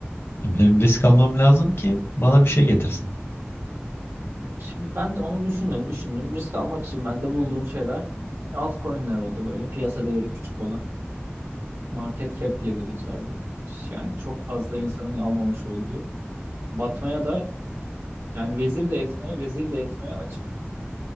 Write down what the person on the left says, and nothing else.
Benim risk almam lazım ki bana bir şey getirsin.